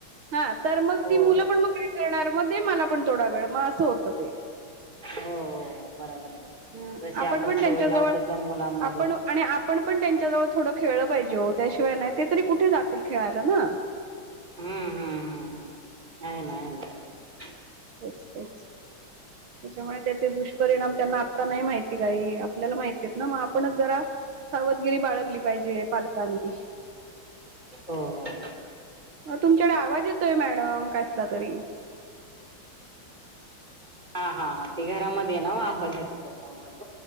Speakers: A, on the right (about 75°); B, on the right (about 20°).
A: हा तर मग
B: हो
A: ती मुलं पण मग काय करणार मग दे मला पण थोडा वेळ मग असं होतं ते
B: हो बरोबर आहे.
A: ह
B: जशी
A: आपण पण त्यांच्याजवळ
B: सवय लावू तसं मुलांमध्ये
A: आपण आणि आपण पण त्यांच्याजवळ थोडं खेळलं पाहिजे. हो त्याशिवाय नाही ते तरी कुठे जातील खेळायला ना
B: हम्म हम्म हम्म हम्म आहे ना आहे ना
A: पोचतेच त्याच्यामुळे त्याचे दुष्परिणाम त्यांना आत्ता नाही माहिती काही, आपल्याला माहिती आहेत ना, मग आपणच जरा सावधगिरी बाळगली पाहिजे पालकांनी
B: हो हो.
A: त तुमच्या कड आवाज येतोय मॅडम कसला तरी
B: हा हा हा ते घरामध्ये आहे ना आवाज येतो त्याच्यामुळ